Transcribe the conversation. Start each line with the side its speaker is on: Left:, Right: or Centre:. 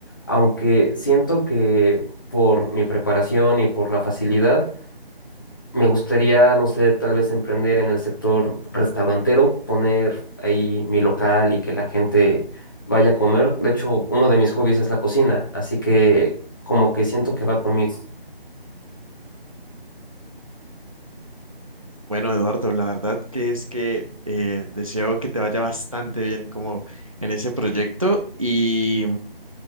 Left: Aunque siento que por mi preparación y por la facilidad, Me gustaría, no sé, tal vez emprender en el sector restaurantero, poner ahí mi local y que la gente vaya a comer. De hecho, uno de mis hobbies es la cocina, así que como que siento que va conmigo.
Right: Bueno, Eduardo, la verdad que es que eh, deseo que te vaya bastante bien como en ese proyecto y